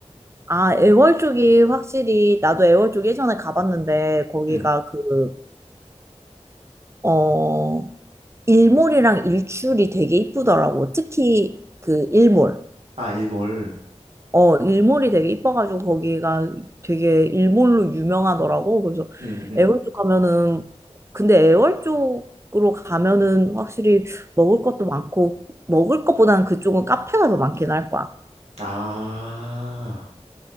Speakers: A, on the right; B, on the right.
A: 아, 애월 쪽이 확실히 나도 애월 쪽 예전에 가봤는데 거기가
B: 응.
A: 그, 어, 일몰이랑 일출이 되게 이쁘더라고. 특히 그 일몰.
B: 아, 일몰.
A: 어, 일몰이 되게 이뻐가지고 거기가 되게 일몰로 유명하더라고. 그래서
B: 응, 응.
A: 애월 쪽 가면은 근데 애월 쪽으로 가면은 확실히 먹을 것도 많고 먹을 것보다는 그쪽은 카페가 더 많긴 할 거야.
B: 아.